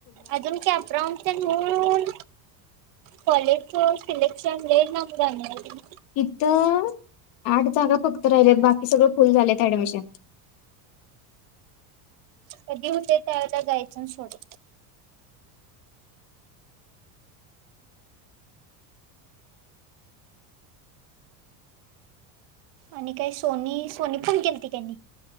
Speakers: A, on the right (about 45°); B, on the left (about 50°).
A: अजून ते एप्रोन ते घेऊन कॉलेज त सिलेक्शन लय लांब गाण हाय ते.
B: इथं आठ जागा फक्त राहिल्यात बाकी सगळं फुल झाल्यात ऍडमिशन.
A: कधी होते त्यावेळेला जायच सोड. आणि काय सोनी सोनी फोन केली ती काय नाही.